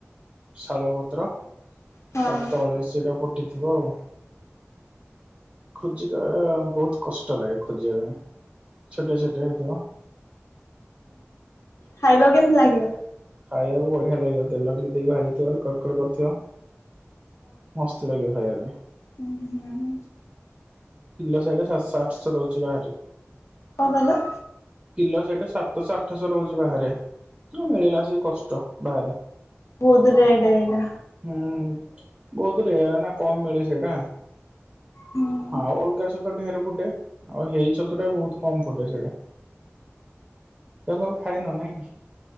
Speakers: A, on the right; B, on the left.
A: ଶାଳୁଆପତ୍ର
B: ହଁ
A: ତା ତଳେ ସେଟା ଫୁଟି ଥି ଫୁଟି ଥିବ ଆଉ ଖୋଜିଲାବେଳେ ବହୁତ କଷ୍ଟ। କଷ୍ଟ ଲାଗେ ଖୋଜିବା ପାଇଁ ଛୋଟିଆ ଛୋଟିଆ ହେଇଥିବ।
B: ଖାଇବାକୁ କେମିତି ଲାଗିବ?
A: ଖାଇବାକୁ ବଢିଆ ଲାଗିବ ତେଲ ଟିକେ ଦେଇକି ଭାଜିଥିବାରୁ କଡକଡ କରିଥିବ। ମସ୍ତ ଲାଗିବ ଖାଇବାପାଇଁ।
B: ହୁଁ ହୁଁ ହୁଁ।
A: କିଲୋ ସିଆଡେ ସାତଶହ ଆଠଶହ ରହୁଛି ଗାଁରେ।
B: କଣ କହିଲ?
A: କିଲୋ ସେଇଟା ସାତଶହ ଆଠଶହ ରହୁଛି ବାହାରେ। ହ ମିଳିଲା ସେ କଷ୍ଟ ବାହାରେ।
B: ବହୁତ ରେଟ୍ ଏଇଟା
A: ହୁଁ ବହୁତ ରେୟାର ନା କମ ମିଳେ ସେଇଟା।
B: ହୁଁ।
A: ହଁ ଅଲଗା ଛତୁ ଢେର ଫୁଟେ ଆଉ ହେଇ ଛତୁଟା ବହୁତ କମ୍ ଫୁଟେ ସେଇଟା। ତମେ ଆଉ ଖାଇନ ନାଇ କି?